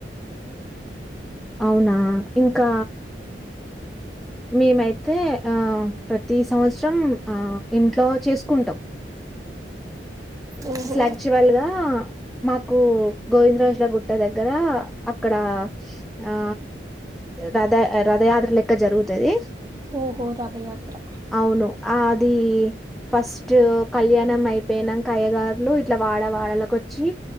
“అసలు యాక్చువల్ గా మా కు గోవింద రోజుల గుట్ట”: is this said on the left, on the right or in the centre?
Centre